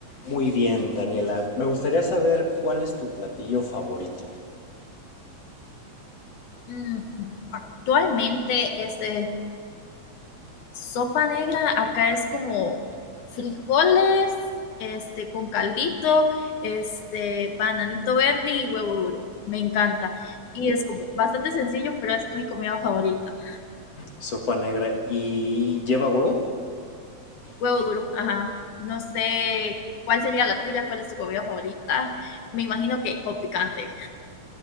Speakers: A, on the left; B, on the left.
A: Muy bien, Daniela. Me gustaría saber cuál es tu platillo favorito.
B: Mm, Actualmente es de sopa negra, acá es como frijoles, este, con caldito, este, bananito verde y huevo duro. Me encanta. Y es como bastante sencillo, pero es mi comida favorita.
A: Sopa negra y lleva huevo.
B: Huevo duro, ajá. No sé cuál sería la tuya, cuál es tu comida favorita. Me imagino que con picante,